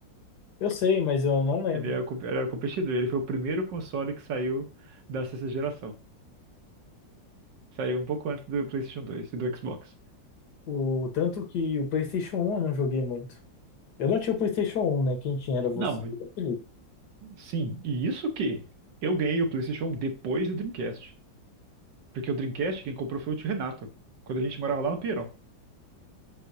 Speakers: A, on the left; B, on the right.
A: Eu sei, mas eu não lembro.
B: Ele é, o com- era o competidor, ele foi o primeiro console que saiu da sexta geração. Saiu um pouco antes do PlayStation 2 e do Xbox.
A: O tanto que o PlayStation 1 eu não joguei muito. Eu não tinha o PlayStation 1, né? Quem tinha era você,
B: Não,
A: e o Felipe.
B: sim, e isso que eu ganhei o PlayStation depois do Dreamcast. Porque o Dreamcast quem comprou foi o tio Renato, quando a gente morava lá no Pinheirão.